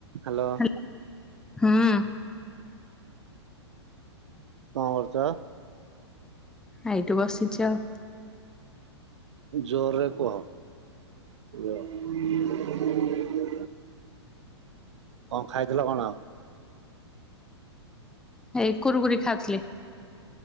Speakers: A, on the right; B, in the centre.
A: Hello
B: ହଁ
A: କଣ କରୁଚ?
B: ଆ ଏଇଠି ବସିଛି ଆଉ।
A: ଜୋରରେ କୁହ। <inaudible> କଣ ଖାଇଥିଲ କଣ?
B: ଏଇ କୁୁରକୁରି ଖାଉଥିଲେ।